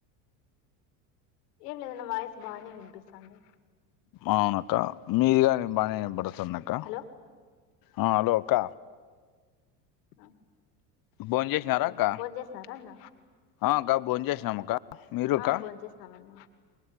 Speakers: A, on the left; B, on the left.
A: ఏం లేదు అన్న వాయిస్ బానే వినిపిస్టాంది
B: అవును అక్క మీది గానే బానే విన బడుతుంది అక్క
A: హలో
B: ఆ హలో అక్క.
A: ఆ
B: భోన్ చేసినారా
A: ఆ
B: అక్క
A: భోన్ చేసిన్నారా అన్న.
B: ఆ అక్క భోన్ చేసినాము అక్క మీరుక్క.
A: ఆ భోన్ చేసినామన్నా